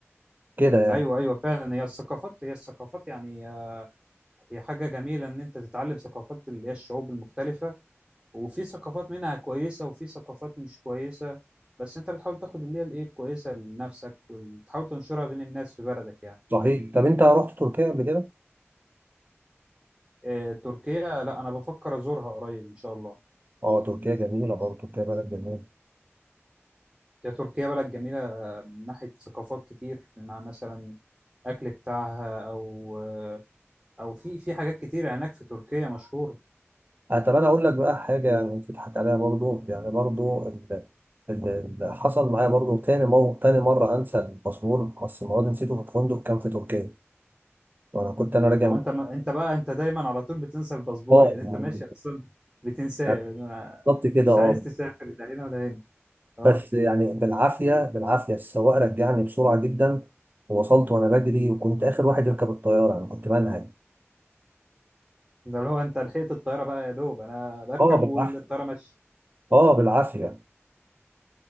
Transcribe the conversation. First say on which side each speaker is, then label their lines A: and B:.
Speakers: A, on the right; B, on the right.
A: كده يعني
B: ايوه ايوه فعلا هي الثقافات هي الثقافات يعني هي حاجة جميلة ان انت تتعلم ثقافات اللي هي الشعوب المختلفة وفي ثقافات منها كويسة وفي ثقافات مش كويسة بس انت بتحاول تاخد اللي هي الايه الكويسة لنفسك وتحاول تنشرها بين الناس في بلدك يعني
A: صحيح طب انت رحت تركيا قبل كده؟
B: آه، تركيا لا انا بفكر ازورها قريب ان شاء الله
A: اه تركيا جميله برضه تركيا بلد جميله
B: هي تركيا بلد جميله آه، من ناحيه ثقافات كتير مع مثلا اكل بتاعها او آه، او في في حاجات كتير هناك في تركيا مشهوره
A: آه، طب انا اقول لك بقى حاجه يعني تضحك عليها برضو يعني برضو ال- ال- اللي حصل معايا برضو تاني مو تاني مره انسى الباسبور بس المواد نسيته في الفندق كان في تركيا وانا كنت انا راجع
B: طب
A: من
B: انت ما انت بقى انت دايما على طول بتنسى الباسبور
A: اه
B: يعني انت
A: يعني
B: ماشي اصلا بتنساه
A: يعني
B: أنا
A: بالظبط كده
B: مش
A: اه
B: عايز تسافر لا هنا ولا هنا اه
A: بس يعني بالعافيه بالعافيه السواق رجعني بسرعه جدا ووصلت وانا بجري وكنت اخر واحد يركب الطياره انا كنت منهج
B: ده اللي هو انت لحقت الطياره بقى يا دوب انا بركب
A: اه بالعافيه
B: والطياره ماشيه
A: اه بالعافيه